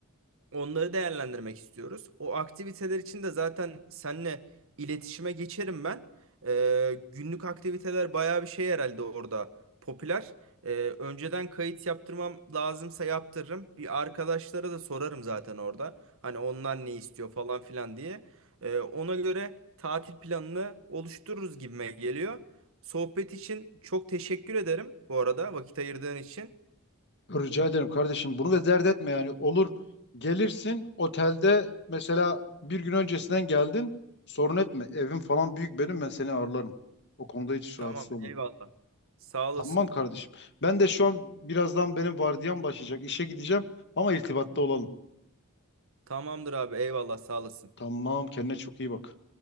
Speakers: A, on the right; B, on the left.
A: Onları değerlendirmek istiyoruz. O aktiviteler için de zaten seninle iletişime geçerim ben. Ee, günlük aktiviteler bayağı bir şey herhalde orada popüler. Ee, önceden kayıt yaptırmam lazımsa yaptırırım. Bir arkadaşlara da sorarım zaten orada. Hani onlar ne istiyor falan filan diye. Ee, ona göre tatil planını oluştururuz gibime geliyor. Sohbet için çok teşekkür ederim bu arada vakit ayırdığın için.
B: Rica ederim kardeşim. Bunu da dert etme yani. Olur gelirsin otelde mesela bir gün öncesinden geldin. Sorun etme. Evim falan büyük benim ben seni ağırlarım. O konuda hiç
A: Tamam,
B: rahatsız olma.
A: eyvallah. Sağ olasın.
B: Tamam kardeşim. Ben de şu an birazdan benim vardiyam başlayacak. İşe gideceğim ama irtibatta olalım.
A: Tamamdır abi eyvallah sağ olasın.
B: Tamam, kendine çok iyi bak.